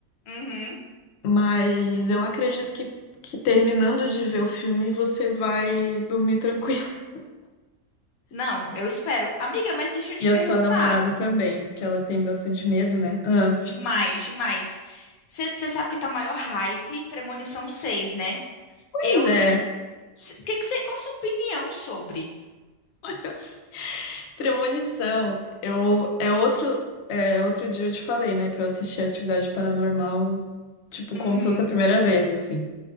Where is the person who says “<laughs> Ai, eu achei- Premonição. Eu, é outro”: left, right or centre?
Left